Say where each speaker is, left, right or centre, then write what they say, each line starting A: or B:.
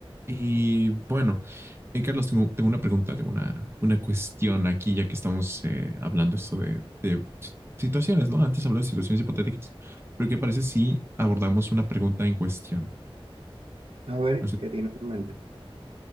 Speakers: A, on the right (about 25°); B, on the right (about 65°).
A: Y bueno, eh, Carlos, tengo, tengo una pregunta, tengo una, una cuestión aquí, ya que estamos eh, hablando esto de, de si- situaciones, ¿no? Antes hablamos de situaciones hipotéticas, pero ¿qué parece si abordamos una pregunta en cuestión?
B: A ver,
A: No sé,
B: ¿qué tienes en mente?